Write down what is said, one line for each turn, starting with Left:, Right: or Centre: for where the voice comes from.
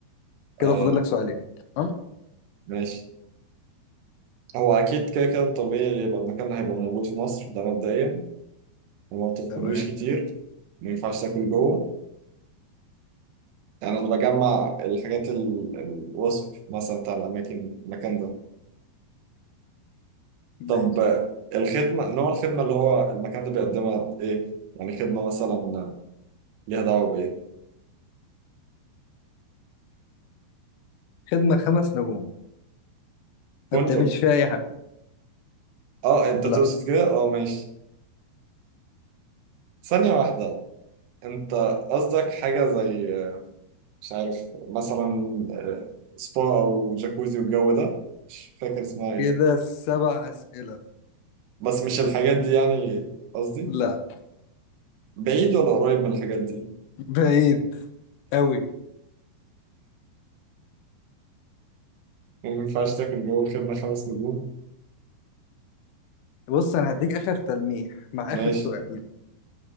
Left: كده
Right: آه
Left: فاضل لك سؤالين تمام
Right: ماشي هو أكيد كده كده الطبيعي يبقى المكان هيبقى موجود في مصر ده مبدئيا وما بتدخلوش
Left: تمام
Right: كتير ما ينفعش تاكل جوه يعني أنا بجمع الحاجات ال- الوصف مثلا بتاع الأماكن المكان ده
Left: ماشي
Right: طب الخدمة نوع الخدمة اللي هو المكان ده بيقدمها ايه؟ يعني خدمة مثلا ليها دعوة بإيه؟
Left: خدمه خمس نجوم
Right: فندق
Left: ما بتعملش فيها اي حاجه
Right: اه انت
Left: لا
Right: تقصد كده؟ اه ماشي ثانية واحدة انت قصدك حاجة زي مش عارف مثلا آه، سبا او جاكوزي والجو ده مش فاكر اسمها ايه
Left: كده سبع اسئله
Right: بس مش الحاجات دي يعني قصدي
Left: لا
Right: بعيد ولا قريب من الحاجات دي؟
Left: بعيد قوي
Right: وما ينفعش تاكل جوه الخدمة خمس نجوم
Left: بص انا هديك اخر تلميح مع
Right: ماشي
Left: اخر سؤال